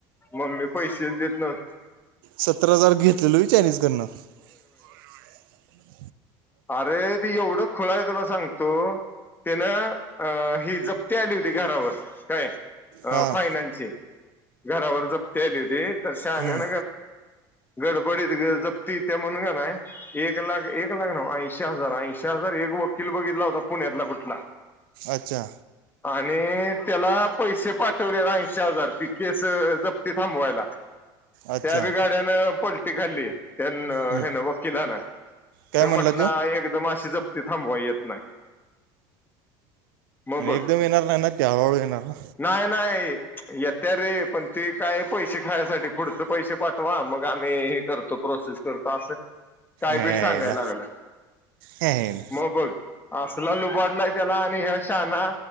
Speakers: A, on the left; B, on the right.
A: मम्मी पैशेच देत नव्हती.
B: सत्तर हजार घेतलेल होय चायनीज कडण. होय होय
A: अरे ती एवढं खुळ आहे तुला सांगतो तेन अ ही जप्ती आली होती घरावर काय अ
B: हां
A: फायनान्सची घरावर जप्ती आली होती तर शहाण्यान
B: हम्म,
A: गडबडीत ग जपती येत्या म्हणून कनाय एक लाख एक लाख नव्ह ऐंशी शी हजार ऐंशीहजार एक वकील बघितला होता पुण्यातला कुठला.
B: अच्छा
A: आणि त्याला पैसे पाठवल्यात ऐशीहजार ती केस जप्ती थांबवायला.
B: अच्छा
A: त्या बी गड्यान पलटी खाल्ली त्यांन
B: हं.
A: हे न वकिला न
B: काय
A: त्यो
B: म्हणला
A: म्हंटला एकदम अशीे जप ती थांबवाय येत नाही. म बग
B: एकदम येणार नाही ना ते हळूहळू येणार ना
A: नाही नाही येत्या रे पण ते काय पैसे खायासाठी पुढच पैसे पाठवा मग आम्ही हे करतो प्रोसेस करतो असं कायबी
B: यायला
A: सांगाय लागलय
B: हे ना.
A: म बघ असला लुबाडलाय त्याला आणि ह्या शाना